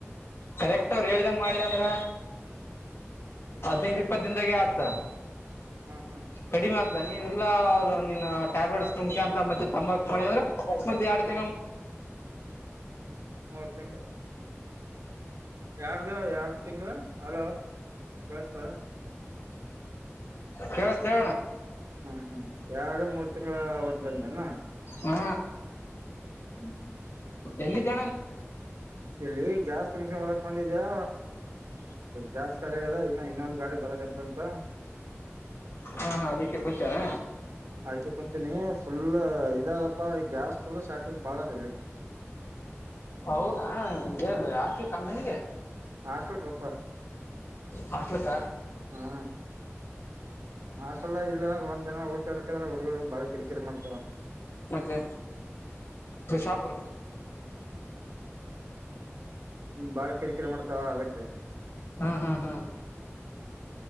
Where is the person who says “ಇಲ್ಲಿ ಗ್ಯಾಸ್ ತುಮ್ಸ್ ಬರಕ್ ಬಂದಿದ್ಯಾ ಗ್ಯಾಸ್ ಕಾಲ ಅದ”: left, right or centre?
Right